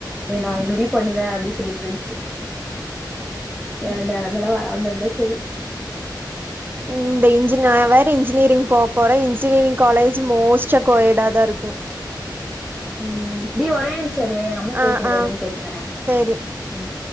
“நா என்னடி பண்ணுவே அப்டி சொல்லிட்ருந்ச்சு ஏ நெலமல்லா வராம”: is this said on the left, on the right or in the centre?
Centre